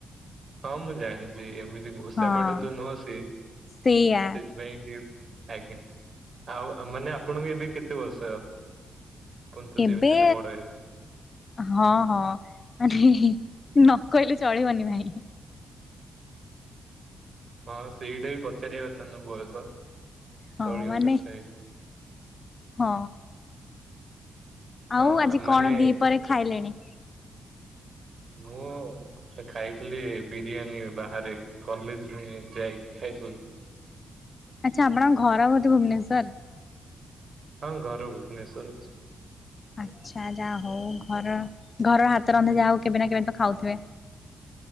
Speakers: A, on the right; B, on the left.
A: ହଁ ମୁଁ ଜାଣିଛି ଏମିତି ଘୋଷା
B: ହଁ।
A: ପାଠ ତ ନୁହଁ ସେ
B: ସେଇଆ
A: ସେ ପାଇଁ ଡ଼ିଉ ଆଜ୍ଞା ଆଉ ମାନେ ଆପଣଙ୍କୁ ଏବେ କେତେ ବର୍ଷ? ପନ୍ତ
B: ଏବେ
A: ଯେମିତି ହେଲେ ବଡ଼ ହେବେ।
B: ହଁ ହଁ ମାନେ ନ କହିଲେ ଚଳିବନି ଭାଇ।
A: ହଁ ସେଇଟା ବି ପଚାରିବା କଥା ନୁଃ ବୟସ ଚଳିବ
B: ହଁ ମାନେ
A: ତଥାପି।
B: ହଁ। ଆଉ
A: ହଁ
B: ଆଜି
A: ମାନେ
B: କଣ ଦି ପହରେ ଖାଇଲେଣି?
A: ମୁଁ। ଖାଇଥିଲି ଏ ବିରିୟାନୀ ବାହାରେ କଲେଜ ରୁ ହିଁ ଯାଇକି ଖାଇଥିଲି।
B: ଆଚ୍ଛା ଆପଣଙ୍କ ଘର ବୋଧେ ଭୁବନେଶ୍ୱର?
A: ହଁ ଘର ଭୁବନେଶ୍ୱର ଅଛି।
B: ଆଚ୍ଛା ଯାଆ ହଉ ଘର ଘରର ହାତ ରନ୍ଧା ଯାହା ହଉ କେବେ ନା କେବେ ତ ଖାଉଥିବେ?